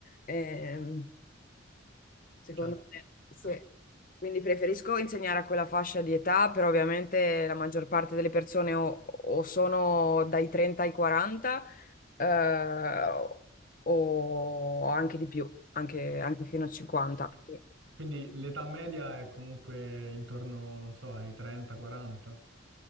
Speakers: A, on the left; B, on the right.
A: Ehm, secondo
B: Certo,
A: me, sì.
B: certo.
A: Quindi preferisco insegnare a quella fascia di età, però ovviamente la maggior parte delle persone o o sono dai 30 ai 40 eh, o anche di più, anche, anche fino a 50.
B: ok.
A: sì.
B: Quindi l'età media è comunque intorno, non so, ai 30-40.